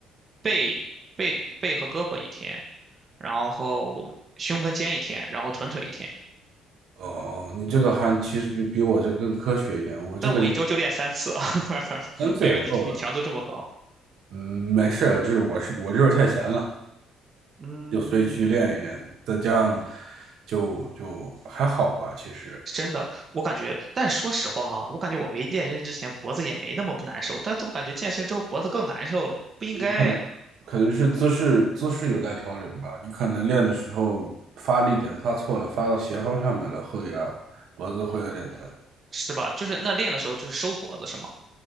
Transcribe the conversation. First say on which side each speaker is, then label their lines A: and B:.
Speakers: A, on the right; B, on the right.
A: 背背背和胳膊一天，然后胸跟肩一天，然后臀腿一天。
B: 哦，你这个还其实比比我这个更科学一点，我这个就
A: 但我一周就练三次，<laughs>
B: 三次也够了。
A: 没有你你强度这么高。
B: 嗯，没事儿，就是我是我就是太闲了。
A: 嗯，
B: 就所以去练一练，再加上就就还好吧，其实
A: 是真的，我感觉，但说实话啊，我感觉我没健身之前脖子也没那么不难受，但怎么感觉健身之后脖子更难受了，不应该呀，
B: 可可能是姿势姿势有待调整吧，你可能练的时候发力点发错了，发到斜方上面了，会让脖子会有点疼。
A: 是吧？就是那练的时候就是收脖子是吗？